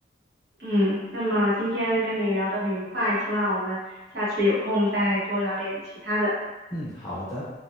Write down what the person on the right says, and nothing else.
嗯，那么今天跟你聊得很愉快，希望我们下次有空再多聊点其他的。